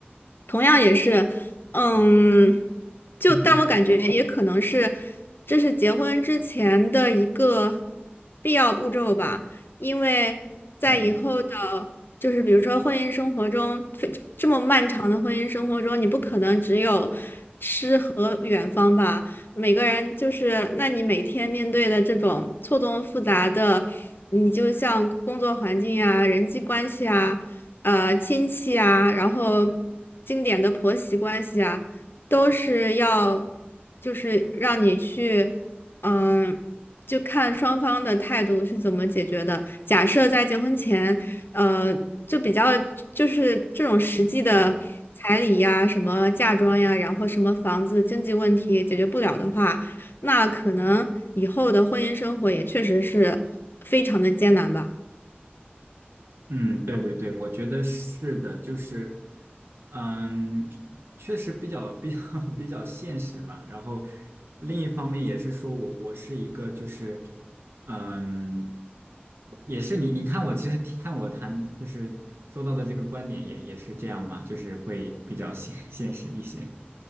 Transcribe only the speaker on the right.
嗯
<laughs>
嗯
嗯
嗯，对对对，我觉得是的，就是，嗯，确实比较比较 <laughs> 比较现实吧。然后另一方面也是说我我是一个就是，嗯，也是你你看我其实听看我谈就是说到的这个观点也也是这样吧，就是会比较现现实一些。